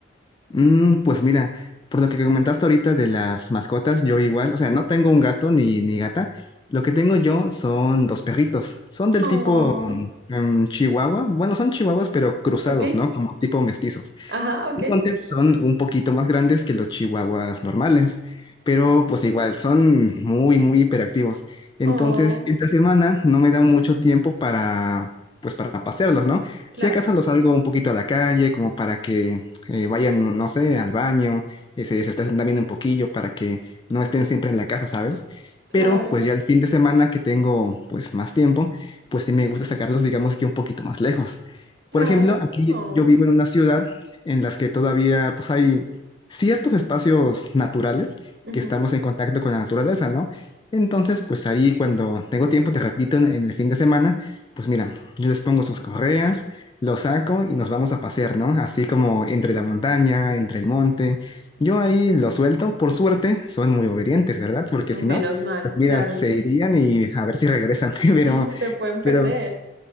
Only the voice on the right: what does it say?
Ujú.
Oh,
ok.
Ajá, ok.
Oh,
oh,
claro,
Sí.
claro,
claro.
Oh,
ujú.
O Menos
mal,
claro.
Sí, se te pueden perder.